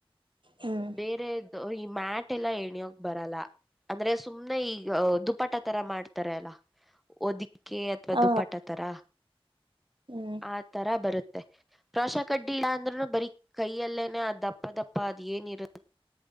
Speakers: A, on the right; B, in the centre.
A: ಹ್ಮ್
B: ಬೇರೆ ಈ ಮ್ಯಾಟ್ ಎಲ್ಲ ಎಣ್ಯೋಕ್ ಬರಲ್ಲ ಅಂದ್ರೆ ಸುಮ್ನೆ ಈಗ ದುಪಾಟ ತರ ಮಾಡ್ತಾರೆ ಅಲ್ಲ ಒದಿ ಕೆ ಅಥವಾ
A: ಹ
B: ದುಪ್ಪಟತರ
A: ಹ್ಮ್
B: ಆ ತರ ಬರುತ್ತೆ ಪ್ರವಶ ಕಡ್ಡಿ ಇಲ್ಲ ಅಂದ್ರೂನು ಬರಿ ಕೈಯಲ್ಲೇನೆ ಅ ದಪ್ಪ ದಪ್ಪ ಏನಿರ